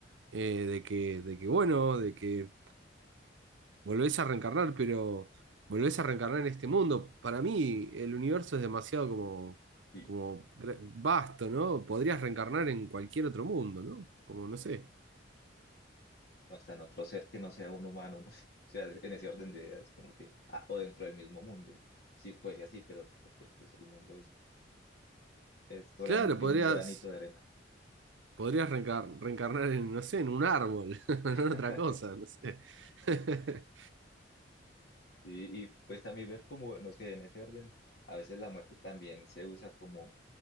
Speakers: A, on the right (about 80°); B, on the left (about 55°).
A: eh, de que, de que, bueno, de que volvés a reencarnar, pero volvés a reencarnar en este mundo. Para mí, el universo es demasiado como,
B: y-
A: como gra- vasto, ¿no? Podrías reencarnar en cualquier otro mundo, ¿no? Como, no sé.
B: o hasta en otro ser que no sea un humano, no sé. O sea, en ese orden de ideas, como que, ah, o dentro del mismo mundo, si fuese así, pero es que pues, el mundo es, es solamente
A: Claro, podrías,
B: un granito de arena.
A: podrías reencar- reencarnar en, no sé, en un árbol, <laughs> en
B: <laughs>
A: otra cosa, no sé. <laughs>
B: Sí, y pues también ver cómo, no sé, en ese orden, a veces la muerte también se usa como